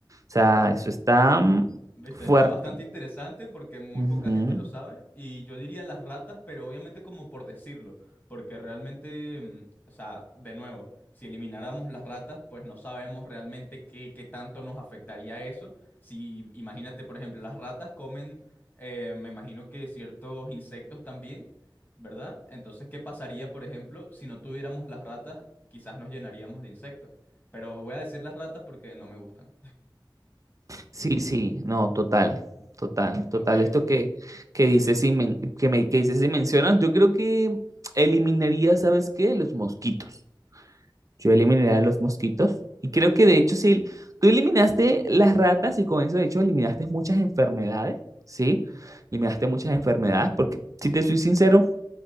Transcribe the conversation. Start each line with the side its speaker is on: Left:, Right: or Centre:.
Right: sea, eso está mm,
Left: Viste,
Right: fuerte.
Left: está bastante interesante porque muy
Right: Ujú.
Left: poca gente lo sabe y yo diría las ratas, pero obviamente como por decirlo, porque realmente, mm, o sea, de nuevo, si elimináramos las ratas, pues no sabemos realmente qué, qué tanto nos afectaría eso. Si imagínate, por ejemplo, las ratas comen, eh, me imagino que ciertos insectos también, ¿verdad? Entonces, ¿qué pasaría, por ejemplo, si no tuviéramos las ratas? Quizás nos llenaríamos de insectos, pero voy a decir las ratas porque no me gustan.
Right: Sí, sí, no, total, total, total.
Left: Ok.
Right: Esto que, que dices, si men- que me, que dices, si mencionas, yo creo que mm, eliminaría, ¿sabes qué? Los mosquitos. Yo eliminaré a los mosquitos. Y creo que de hecho, si tú eliminaste las ratas y con eso, de hecho, eliminaste muchas enfermedades, ¿sí? Eliminaste muchas enfermedades, porque si te soy sincero,